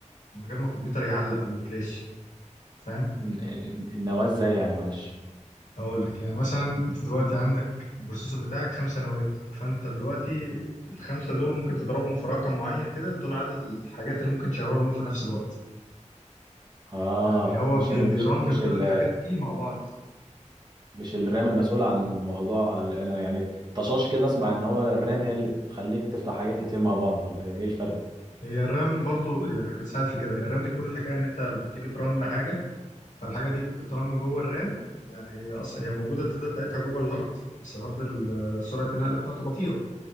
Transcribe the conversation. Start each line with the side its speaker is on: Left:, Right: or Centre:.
Left: من غير ما الكمبيوتر يعلق او يكراش فاهم
Right: ال- ال- النواة ازاي يعني معلش
Left: هقول لك يعني مثلا انت دلوقتي عندك البروسيسور بتاعك خمسة نواة فانت دلوقتي الخمسة دول ممكن تضربهم في رقم معين كده دول عدد الحاجات اللي ممكن تشغلهم في نفس الوقت
Right: اه
Left: يعني هو
Right: مش
Left: بي-
Right: ال
Left: بيرن
Right: مش مش
Left: كل
Right: ال
Left: الحاجات دي مع بعض
Right: مش الرام المسؤولة عن الموضوع انا يعني طشاش كده اسمع ان هو الرام هي اللي بتخليك تفتح حاجات كتير مع بعض ولا ايه الفرق
Left: هي الرام برضو يعني بتساعد في كده هي الرام دي كل الحكايه ان انت لما بتيجي ترن حاجه فالحاجه دي بترن جوه الرام يعني هي أص... هي موجوده الداتا بتاعتها جوه الهارد بس الهارد ال- سرعه النقل بتاعته بطيئه